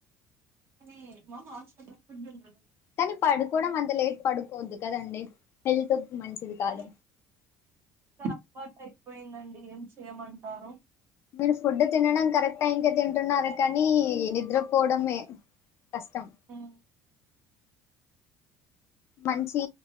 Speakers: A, on the right; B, on the left.
A: అరె మా హాస్టల్ లో ఫుడ్ ఉండదు
B: కానీ పడుకోవడం అంత లేట్ పడుకోద్దు కదండి హెల్త్ మంచిది
A: కనీ
B: కాదు
A: అల్ వాట్ అయిపోయిందండి ఏం చేయమంటారు
B: మీరు ఫుడ్ తినడం కరెక్ట్ టైంకే తింటున్నారు కానీ నిద్రపోడమే కష్టం
A: ఉమ్,
B: మంచి